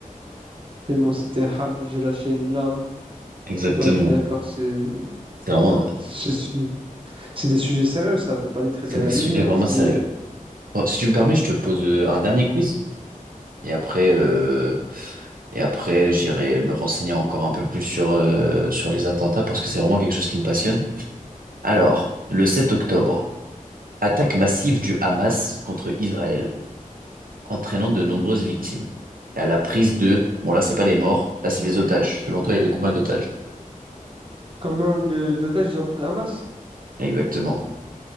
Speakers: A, on the right; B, on the right.
A: Tellement c'était hal, j'ai lâché une lame.
B: Exactement.
A: Ouais, je suis d'accord, c'est...
B: C'est vraiment,
A: c'est- C'est des sujets sérieux, ça, faut pas les traiter
B: c'est
A: à
B: des
A: la
B: sujets
A: légère.
B: vraiment
A: C'est
B: sérieux.
A: des...
B: Bon, si tu me permets, je te pose euh, un dernier quiz et après, euh, et après, j'irai me renseigner encore un peu plus sur, euh, sur les attentats parce que c'est vraiment quelque chose qui me passionne. Alors, le 7 octobre, attaque massive du Hamas contre Israël. entraînant de nombreuses victimes. Et à la prise de, bon là, c'est pas les morts, là, c'est les otages. Selon toi, il y avait combien d'otages?
A: Combien de- d'otages ils ont pris le Hamas?
B: Exactement.